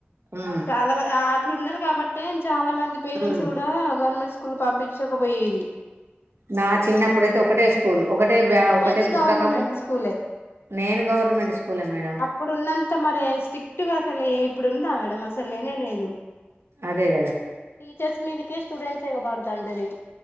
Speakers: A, on the right; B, on the left.
A: ఉమ్
B: చాలా మ ఆట్లున్నరు కాబట్టే చాలా మంది పేరెంట్స్
A: ఉమ్
B: కూడా గవర్నమెంట్ స్కూల్ పంపిచ్చకపొయ్యేది
A: నా చిన్నప్పుడైతే ఒకటే స్కూల్ ఒకటే బ్యాగ్
B: మేమైతే
A: ఒకటే పుస్తకము
B: గవర్నమెంట్ స్కూలే
A: నేను గవర్నమెంట్ స్కూలే మేడం
B: అప్పుడు ఉన్నంత మరి స్ట్రిక్ట్గా అసలు ఇప్పుడు ఉందా మేడమ్ అసలు అసలు లేనే లేదు
A: అదే కదా
B: టీచర్స్ మీదికే స్టూడెంట్స్ ఎగబారు తండ్రి